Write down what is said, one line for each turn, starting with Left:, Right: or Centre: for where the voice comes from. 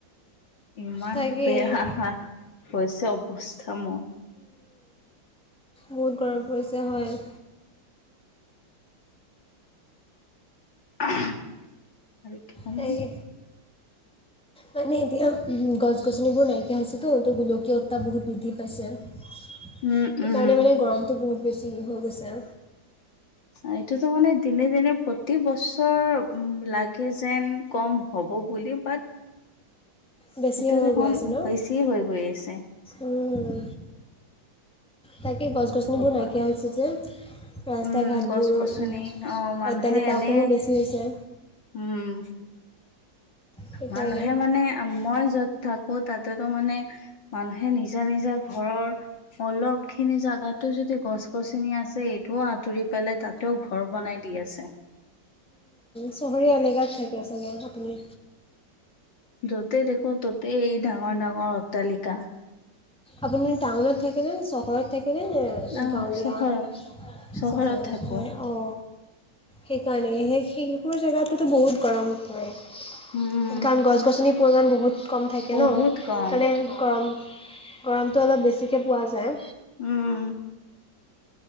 Left: ইমান
Centre: তাকে
Left: বেয়া হৈছে। অৱস্থা মই।
Centre: বহুত গৰম পৰিছে হয়।
Left: আৰু কি কম।
Centre: তাকে মানে এতিয়া গছ গছনিবোৰ নাইকিয়া হৈছেতো ত, গোলকীয় উত্তাপ বহুত বি। বৃদ্ধি পাইছে, সেইকাৰণে
Left: উম উম
Centre: মানে গৰমটো বহুত বেছি হৈ গৈছে।
Left: এইটোতো মানে দিনে দিনে প্ৰতি বছৰ উম লাগে যেন কম। হ'ব বুলিও বাট।
Centre: বেছি
Left: সেইটো
Centre: হৈ
Left: দেখোন
Centre: গৈ আছে ন
Left: বেছিয়ে হৈ গৈ আছে।
Centre: উম, তাকে গছ গছনিবোৰ
Left: কবা
Centre: নাইকিয়া হৈছে যে। ৰাস্তা
Left: উম
Centre: ঘাটবোৰ
Left: গছ গছনি অ মানুহে
Centre: অট্টালিকাসমূহ
Left: এনে
Centre: বেছি হৈছে।
Left: উম।
Centre: সেইকাৰণে
Left: মানুহে মানে মই য'ত থাকো তাতত। মানে মানুহে নিজা নিজা ঘৰৰ অলপ খিনি জাগাতো যদি গছ। চিনি আছে এইটোও আঁতৰি পেলাই তাতেও ঘৰ বনাই দি আছে।
Centre: চহৰীয়া এলেকাত থাকে চাগে আপুনি।
Left: য'তে দেখো ততেই এই ডাঙৰ ডাঙৰ অট্টালিকা।
Centre: আপোনাৰ টাউনত থাকে নে চহৰত থাকে? নে
Left: আহ
Centre: গাঁৱলীয়া
Left: চহৰ চহৰত
Centre: চহৰে
Left: থাকো
Centre: হয় অ। সেইকাৰণে সেই সেইবোৰ জেগাতেতো বহুত গৰম পৰে।
Left: উম
Centre: কাৰণ গছ গছনিৰ পৰিমাণ বহুত কম থাকে
Left: বহুত
Centre: ন,
Left: কম।
Centre: সেইকাৰণে গৰম। গৰমটো অলপ বেছিকে পোৱা যায়।
Left: উম।